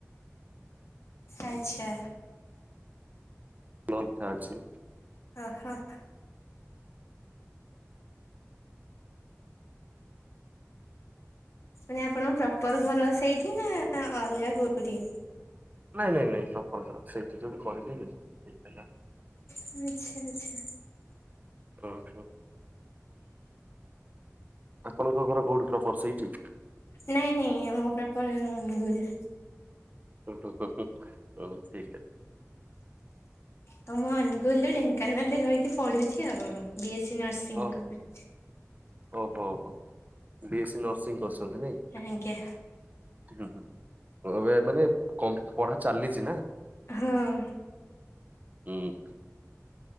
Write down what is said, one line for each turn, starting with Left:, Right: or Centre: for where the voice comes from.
Left: ଆଚ୍ଛା।
Right: ମୁଁ <inaudible> ଅଛି।
Left: ହା ହା ନା ଆପଣଙ୍କ ପ୍ରପର ଘର ସେଇଠି ନା ଅଲଗା କୋଉଠି?
Right: ନାଇଁ ନାଇଁ ପ୍ର ଆପଣଙ୍କ ର ସେଇଠି ଯଦି କହିଲି <inaudible> ହେଲା।
Left: ଆଚ୍ଛା ଆଚ୍ଛା
Right: ଓ ହୋ ଆପଣଙ୍କ ଘର କୋଉଠି ପ୍ରପର ସେଇଠି?
Left: ନାଇଁ ନାଇଁ ମୋ ପ୍ରପର ଘର ଅନୁଗୁଳ।
Right: ଉହୁଁ ଉହୁଁ ଉହୁଁ ଉ ତିଟା।
Left: ତ ମୁଁ ଅନୁଗୁଲ, ଢେଙ୍କାନାଳରେ ରହିକି ପଢୁଛି ଆଉ ବି ଏସ୍ ସି ନର୍ସିଂ
Right: ଓ
Left: କରଛି।
Right: ଓହୋ ବି ଏସ ସି ନର୍ସିଂ କରୁଛନ୍ତି ନାଇଁ
Left: ଆଜ୍ଞା
Right: ହୁଁ ହୁଁ ମୋର କହିବା ମାନେ କ ପଢା ଚାଲିଛି ନା।
Left: ହଁ
Right: ହୁଁ